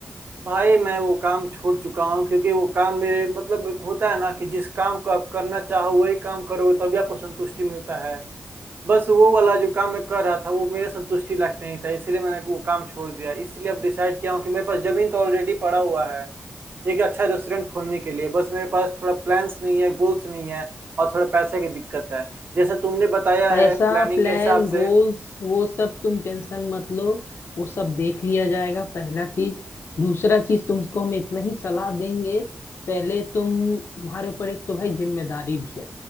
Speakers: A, on the right; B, on the left.
A: भाई मैं वो काम छोड़ चुका हूँ क्योंकि वो काम मेरे मतलब एक होता है ना कि जिस काम को आप करना चाहो वही काम करो तभी आपको संतुष्टि मिलता है बस वो वाला जो काम मैं कर रहा था वो मेरे संतुष्टि लायक नहीं था इसलिए मैंने वो काम छोड़ दिया इसलिए अब डिसाइड किया हूँ कि मेरे पास जमीन तो ऑलरेडी पड़ा हुआ है एक अच्छा रेस्टोरेंट खोलने के लिए बस मेरे पास थोड़ा प्लान्स नहीं है गोल्स नहीं है और थोड़ा पैसे की दिक्कत है जैसा तुमने बताया
B: पैसा
A: है प्लानिंग
B: प्लान
A: के हिसाब
B: गोल्स
A: से
B: वो सब तुम टेंशन मत लो वो सब देख लिया जाएगा पहला चीज दूसरा चीज तुमको हम इतना ही सलाह देंगे पहले तुम तुम्हारे ऊपर एक तो भाई जिम्मेदारी भी है